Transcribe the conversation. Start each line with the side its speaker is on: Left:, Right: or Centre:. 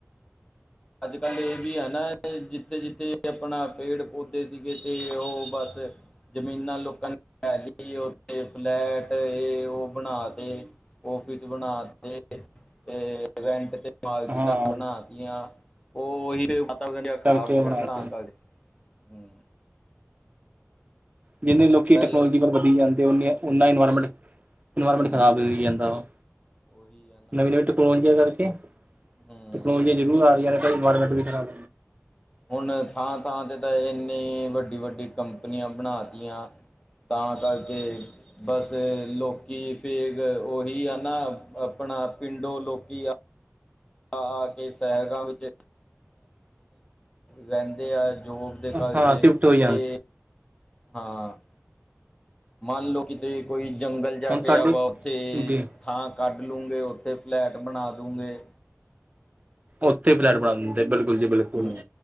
Left: ਅੱਜ-ਕੱਲ੍ਹ ਇਹ ਵੀ ਏ ਨਾ ਜ- ਜਿੱਥੇ-ਜਿੱਥੇ ਆਪਣਾ ਪੇੜ-ਪੌਦੇ ਸੀਗੇ ਤੇ ਉਹ ਬਸ। ਜ਼ਮੀਨਾਂ ਲੋਕਾਂ ਨੇ ਲੈ ਲਈ ਉਥੇ ਫਲੈਟ ਇਹ ਉਹ ਬਣਾ ਤੇ। ਓਫਿਸ ਬਣਾ ਤੇ, ਤੇ ਰੈਂਟ ਤੇ ਮਾਰਕੀਟਾਂ
Right: ਹਾਂ
Left: ਬਣਾਤੀਆ। ਉਹੀ ਮਤਾ ਦਾ
Right: ਸਟਕਚਰ
Left: ਖਰਾਬ ਹੋ ਗਿਆ
Right: ਬਣਾ
Left: ਨਰਾਮ
Right: ਕੇ
Left: ਕਰਕੇ। ਹੂੰ
Right: ਜਿੰਨੇ ਲੋਕੀ
Left: ਪਹਿਲ
Right: ਟੈਕਨੋਲੋਜੀ ਪਰ ਵਧੀ ਜਾਂਦੇ। ਉਨ੍ਹਾਂ ਇਨਵਾਇਰਮੈਂਟ ਇਨਵਾਇਰਮੈਂਟ
Left: ਹੂੰ
Right: ਖਰਾਬ ਹੋਈ ਜਾਂਦਾ ਵਾ,
Left: ਉਹੀ ਆ ਨਾ
Right: ਨਵੀਂ-ਨਵੀਂ ਟੈਕਨੋਲੋਜੀ ਦਾ ਕਰਕੇ।
Left: ਹੂੰ
Right: ਟੈਕਨੋਲੋਜੀਆ ਜ਼ਰੂਰ ਆ ਰਹੀਆਂ ਨੇ ਭਾਈ ਇਨਵਾਇਰਮੈਂਟ ਵੀ ਖਰਾਬ।
Left: ਹੁਣ ਥਾਂ-ਥਾਂ ਤੇ ਤਾਂ ਇੰਨੀ ਵੱਡੀ-ਵੱਡੀ ਕੰਪਨੀਆਂ ਬਣਾਤੀਆਂ। ਤਾਂ ਕਰਕੇ, ਬਸ ਲੋਕ- ਕੀ ਫੇਗ ਉਹੀ ਆ ਨਾ ਆਪਣਾ ਪਿੰਡੋ ਲੋਕੀ ਆ। ਆ-ਆ ਕੇ ਸ਼ਹਿਰਾਂ ਵਿੱਚ ਰਹਿੰਦੇ ਆ। ਜੋਬ ਦੇ ਕਰਕੇ
Right: ਹਾਂ ਸ਼ਿਫਟ ਹੋਈ ਜਾਣ
Left: ਤੇ ਹਾਂ। ਮੰਨ ਲਓ ਕਿਤੇ ਕੋਈ ਜੰਗਲ ਜਾ
Right: ਹੁਣ
Left: ਪਿਆ
Right: ਸਾਡੇ
Left: ਵਾ ਉੱਥੇ
Right: ਜੀ
Left: ਥਾਂ ਕੱਢਲੋਗੇ ਉੱਥੇ ਫਲੈਟ ਬਣਾ ਦੂਗੇ।
Right: ਉੱਥੇ ਫਲੈਟ ਬਣਾ ਦਿੰਦੇ ਬਿਲਕੁਲ ਜੀ ਬਿਲਕੁਲ।
Left: ਹੂੰ